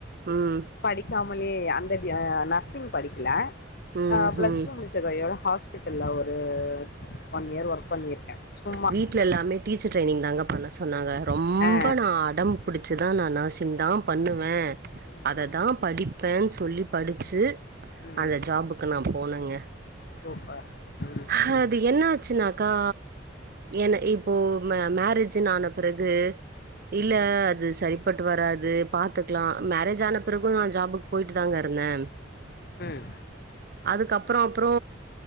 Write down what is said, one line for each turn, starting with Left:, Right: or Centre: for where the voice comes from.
Right: ம்ஹ்ம்.
Left: படிக்காமலேயே அந்த டி அ நர்சிங் படிக்கல
Right: ம்.
Left: ஆ
Right: ம்ஹ்ம்.
Left: பிளஸ் டூ முடி ச்ச கையோடு ஹாஸ்பிட்டல்லா ஒரு ஒன் இயர் ஒர்க் பண்ணியிருக்கே சும்மா
Right: வீடல எல்லாமே டீச்சர் ட்ரரைனிங் தாங்க பண்ண சொன்னாங்க ரொம்ப
Left: ஆ
Right: நா அடம் புடிச்சுதா நா நர்ஸி இதா பண்ணுவே
Left: ம்
Right: அத
Left: ம்
Right: தா படிப்பேன்னு சொல்லி படிச்சு
Left: ம்
Right: அந்த
Left: ம்
Right: ஜாபுக்கு நா போனேங்க
Left: சூப்பர் ம்
Right: ஹ
Left: ம் ம்
Right: அது என்ன ஆச்சுனாக்கா ஏன இப்போ மே மேரேஜ்ன்னு ஆன பிறகு இல்ல
Left: ம்
Right: அது சரிப்பட்டு வராது பாத்துக்கலா மேரேஜ் ஆன பிறகு நா ஜாபுக் போயிட்டு தாங்க இருந்தே
Left: ம்
Right: அதுக்கப்புறோ அப்ற